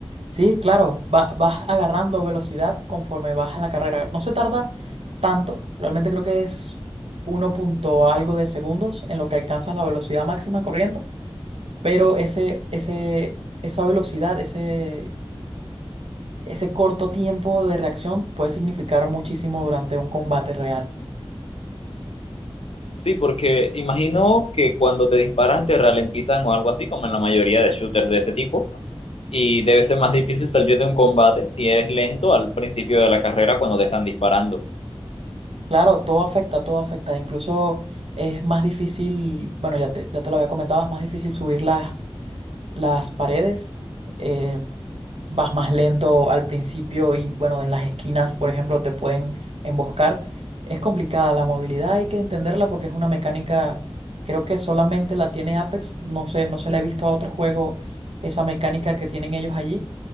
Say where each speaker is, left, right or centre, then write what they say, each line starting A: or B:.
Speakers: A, on the right (about 80°); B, on the left (about 75°).
A: Sí, claro, va- vas agarrando velocidad conforme vas en la carrera. No se tarda tanto, realmente creo que es uno punto algo de segundos en lo que alcanzas la velocidad máxima corriendo pero ese, ese, esa velocidad, ese, ese corto tiempo de reacción puede significar muchísimo durante un combate real.
B: Sí, porque imagino que cuando te disparan te ralentizan o algo así, como en la mayoría de shooters de ese tipo, y debe ser más difícil salir de un combate si eres lento al principio de la carrera cuando te están disparando.
A: Claro, todo afecta, todo afecta. Incluso es más difícil, bueno, ya te, ya te lo había comentado, es más difícil subir las, las paredes. Eh, vas más lento al principio y bueno, en las esquinas, por ejemplo, te pueden emboscar. Es complicada la movilidad, hay que entenderla porque es una mecánica, creo que solamente la tiene Apex, no sé, no se la he visto a otro juego esa mecánica que tienen ellos allí.